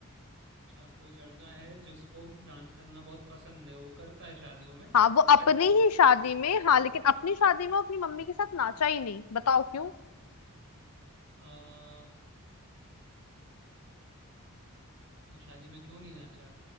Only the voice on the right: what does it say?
अच्छा कोई लड़का है जिसको डांस करना बहुत पसंद है वो करता है शादियों में
बट
आ, वो शादी में क्यों नहीं नाचा